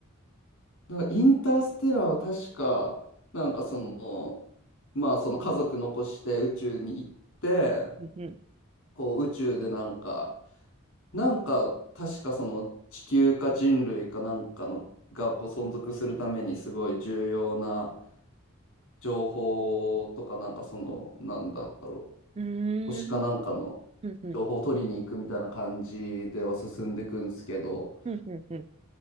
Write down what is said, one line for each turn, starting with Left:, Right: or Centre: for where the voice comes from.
Left: なんかインターステラーは確か、なんかその、まあその家族残して宇宙に行って、
Right: うん
Left: こう宇宙でなんか、なんか確かその地球か人類かなんかのがこう存続するためにすごい重要な情報とかなんかその、なんだろう、
Right: うん。
Left: 星かなんかの情報を取りに行くみたいな感じでは進んでいくんですけど、
Right: うーん。うんうん。うんうんう